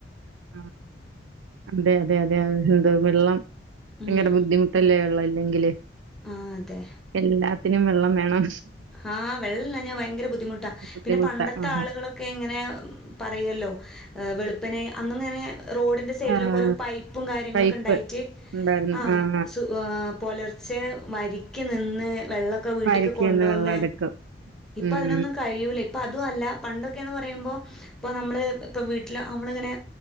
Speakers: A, on the right; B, in the centre.
A: ആ അതെ അതെ അതെ എന്ത. വെള്ളം,
B: ഉം
A: നിങ്ങടെ ബുദ്ധിമുട്ടല്ലേ വെള്ളം ഇല്ലെങ്കില്.
B: ആഹ് അതെ.
A: എല്ലാത്തിനും വെള്ളം വേണം.
B: ആഹ് വെള്ളില്ലാഞ്ഞ ഭയങ്കര ബുദ്ധിമുട്ടാ
A: ബുദ്ധിമുട്ടാ
B: പിന്നെ പണ്ടത്തെ
A: ആഹ്
B: ആളുകളൊക്കെ ഇങ്ങനെ പറയും ല്ലോ. വെളുപ്പിന് അന്നിങ്ങനെ റോഡിന്റെ സൈഡിലൊക്കെ
A: ആഹ്
B: ഓരോ പൈപ്പും കാര്യങ്ങളൊക്കെ
A: പൈപ്പ്
B: ഇണ്ടായിട്ട്
A: ഉണ്ടായിരുന്നു
B: ആ
A: ആഹ്
B: സ് പോലൊരു പക്ഷേ വരിക്ക് നിന്ന് വെള്ളൊക്കെ വീട്ട്ക്ക്
A: പരിക്കീന്ന്
B: കൊണ്ട്
A: വെള്ളം
B: വന്ന്,
A: എടുക്കും
B: ഇപ്പൊ
A: ഉം
B: അതിനൊന്നും കഴിയൂല ഇപ്പ അതു അല്ല പണ്ടൊക്കെന്ന് പറയുമ്പോ ഇപ്പോ നമ്മള് ഇപ്പോ വീട്ടില് അമ്മളിങ്ങനെ